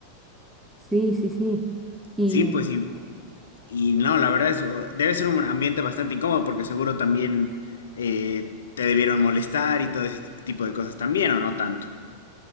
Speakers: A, in the centre; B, on the left.
A: Sí, sí, sí. Y
B: Sí, pues y, y no, la verdad es, o- debe ser un ambiente bastante incómodo porque seguro también eh, te debieron molestar y todo ese tipo de cosas también, ¿o no tanto?